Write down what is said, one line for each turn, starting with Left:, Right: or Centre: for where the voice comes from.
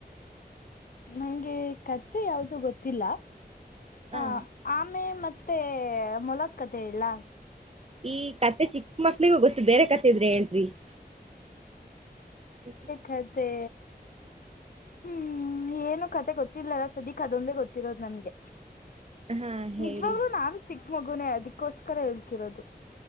Left: ನಂಗೆ ಕಥೆ ಯಾವ್ದು ಗೊತ್ತಿಲ್ಲ ಹಾ
Right: ಹ
Left: <inaudible> ಆಮೆ ಮತ್ತೆ ಮೊಲದ ಕಥೆ ಹೇಳಲಾ? <inaudible>
Right: ಈ ಕಥೆ ಚಿಕ್ಕ ಮಕ್ಳಿಗೂ ಗೊತ್ತು ಬೇರೆ ಕಥೆ ಇದ್ರೆ ಹೇಳರಿ <inaudible> ಕೇಳಿ <inaudible>
Left: ಕಥೆ ಹೂ ಏನು ಕಥೆ ಗೊತ್ತಿಲ್ಲಲ್ಲ ಸದಿಕ <inaudible> ಕದೊಂದೆ ಗೊತ್ತಿರೋದು ನನ್ಗೆ
Right: ಹಾ ಹೇಳಿ
Left: ನಿಜ್ವಾಗ್ಲೂ ನಾನು <inaudible> ಚಿಕ್ಕ ಮಗುನೇ ಅದಕ್ಕೋಸ್ಕರ ಹೇಳ್ತಿರೋದು. <inaudible>